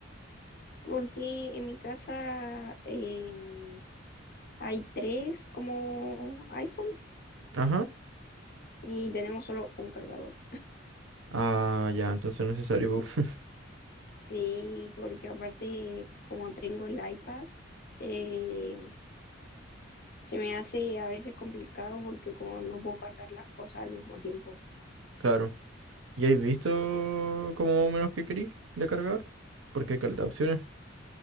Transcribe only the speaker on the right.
Ajá.
Ah, ya, entonces es necesario, pu. <laughs>
Claro. ¿Y habéis visto como más o menos qué queréis de cargar? Porque hay caleta de opciones.